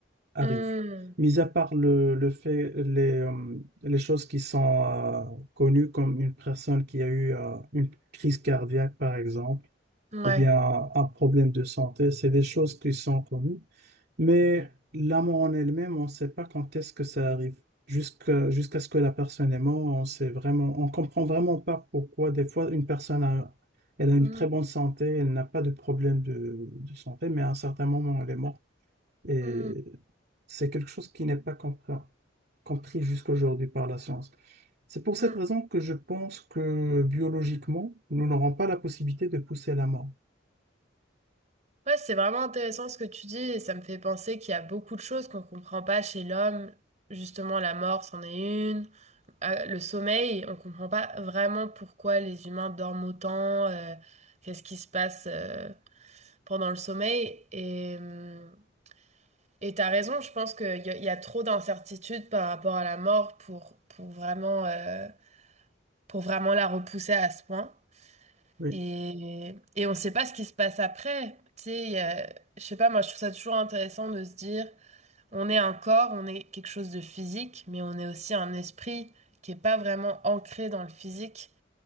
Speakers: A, on the right; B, on the right.
A: arrive.
B: Hmm.
A: Mis à part le, le fait, les, euh, les choses qui sont euh, connues comme une personne qui a eu euh, une crise cardiaque, par exemple,
B: Ouais.
A: ou bien un problème de santé. C'est des choses qui sont connues. Mais la mort en elle-même, on ne sait pas quand est-ce que ça arrive. Jusqu'à jusqu'à ce que la personne est morte, on sait vraiment, on comprend vraiment pas pourquoi. Des fois, une personne a, elle a une
B: Hmm.
A: très bonne santé, elle n'a pas de problème de, de santé, mais à un certain moment, elle est morte. Et
B: Hmm.
A: c'est quelque chose qui n'est pas compris, compris jusqu'aujourd'hui par la science. C'est pour
B: Hmm.
A: cette raison que je pense que biologiquement, nous n'aurons pas la possibilité de pousser la mort.
B: Ouais, c'est vraiment intéressant ce que tu dis et ça me fait penser qu'il y a beaucoup de choses qu'on comprend pas chez l'homme. Justement, la mort, c'en est une. Ah, Le sommeil, on comprend pas vraiment pourquoi les humains dorment autant. euh, qu'est-ce qui se passe euh, pendant le sommeil. Et, euh, et t'as raison, je pense qu'il y, a- il y a trop d'incertitudes par rapport à la mort pour, pour vraiment, euh, pour vraiment la repousser à ce point.
A: Oui,
B: Et, et on ne sait pas ce qui se passe après. Tu sais, il y a- je sais pas, moi je trouve ça toujours intéressant de se dire, on est un corps, on est quelque chose de physique, mais on est aussi un esprit qui est pas vraiment ancré dans le physique.